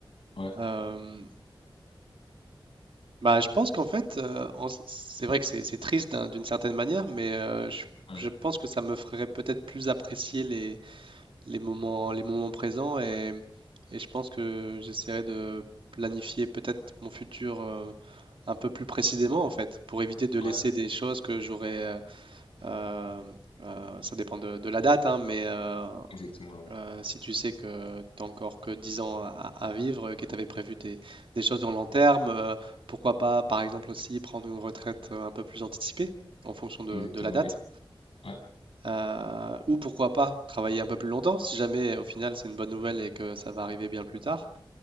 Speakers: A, on the left; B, on the right.
A: ouais,
B: Euh, Bah, je pense qu'en fait, euh, en s- c'est vrai que c'est c'est triste d'un- d'une certaine manière, mais euh, je,
A: ouais,
B: je pense que ça me ferait peut-être plus apprécier les, les moments, les moments présents et, et je pense que j'essaierai de planifier peut-être mon futur euh, un peu plus précisément en fait, pour éviter de laisser
A: ouais,
B: des choses que j'aurais. euh, euh, euh, ça dépend de, de la date, hein, mais euh,
A: exactement, oui.
B: euh, si tu sais que tu n'as encore que 10 ans à, à vivre, que tu avais prévu des, des choses dans le long terme, euh, pourquoi pas, par exemple, aussi prendre une retraite euh, un peu plus anticipée en fonction de,
A: Exactement,
B: de la date.
A: oui. Ouais,
B: Euh, ou pourquoi pas travailler un peu plus longtemps si jamais au final c'est une bonne nouvelle et que ça va arriver bien plus tard.